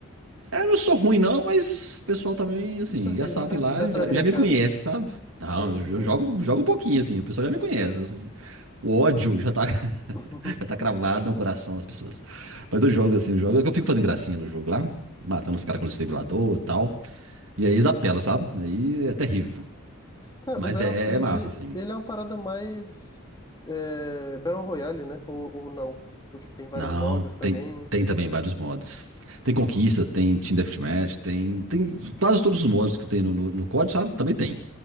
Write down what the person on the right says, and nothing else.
É, não sou ruim não, mas o pessoal também, assim,
já sabe
lá,
já,
já me conhece, sabe? Não,
eu,
eu jogo, jogo um pouquinho, assim, o pessoal já me conhece. assim. O ódio já tá, <laughs>
já tá cravado no coração das pessoas. Mas eu jogo assim, eu jogo, eu fico fazendo gracinha no jogo lá, matando os caras com desfibrilador e tal. E aí eles apelam, sabe? Aí é terrível.
Mas
é, é massa, assim.
Não,
tem, tem também vários modos. Tem Conquista,
tem Team Deathmatch, tem, tem quase todos os modos que tem no, no, no COD, sabe? Também tem.